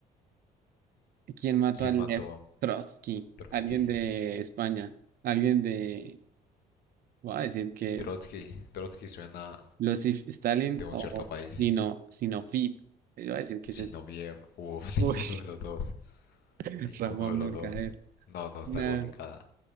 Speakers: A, on the right; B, on the left.
A: ¿Quién mató
B: ¿Quién
A: a Lev
B: mató
A: Trotsky?
B: Trotsky?
A: Alguien de España. Alguien de. Voy a decir que.
B: Trotsky. Trotsky suena
A: Losif Stalin
B: de un
A: o
B: cierto país.
A: Sino, Sinofib. Yo Voy a decir que ese
B: Sinoviev.
A: es.
B: Uf, <laughs> ninguno
A: Uy,
B: de los dos.
A: <laughs>
B: Ninguno
A: Ramón
B: de los
A: Mercader.
B: dos. No, no, está
A: No.
B: complicada.